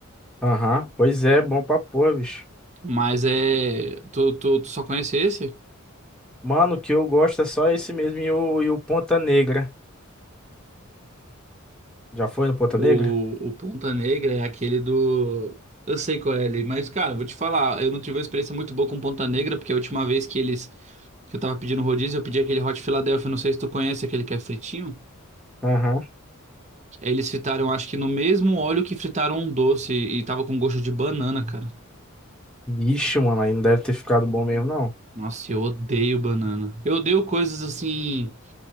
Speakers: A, in the centre; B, on the right.
A: Aham, pois é, bom pra pôr, bicho.
B: Mas é. Tu, tu, tu só conhece esse?
A: Mano, o que eu gosto é só esse mesmo e o, e o Ponta Negra. Já foi no Ponta
B: O,
A: Negra?
B: o Ponta Negra é aquele do. Eu sei qual é ele, mas, cara, vou te falar, eu não tive uma experiência muito boa com Ponta Negra, porque a última vez que eles. que eu tava pedindo rodízio, eu pedi aquele Hot Philadelphia, não sei se tu conhece aquele que é fritinho.
A: Aham.
B: Aí Eles fritaram, acho que no mesmo óleo que fritaram um doce, e tava com gosto de banana, cara.
A: Vixe, mano, aí não deve ter ficado bom mesmo, não.
B: Nossa, eu odeio banana. Eu odeio coisas assim.